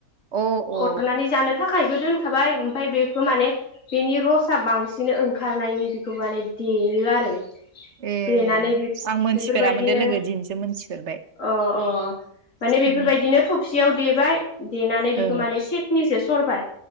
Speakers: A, on the right; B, on the left.
A: अ अ औ
B: अरनानै जानो थाखायबो दोनखाबाय ओमफफ्राय बेखौ माने बेनि रसाआ बांसिन ओं खारनायनि बेखौ माने देयो आरो
A: ए
B: देनानै बेफोरबायदिनो
A: आं मोनथिफेरामोन दे लोगो दिनैसो मोनथिफेरबाय
B: अ अ माने बेफोरबायदिनो
A: औ
B: थबसियाव देबाय देनानै बेखौ
A: ओ
B: माने सेकनिजो सरबाय।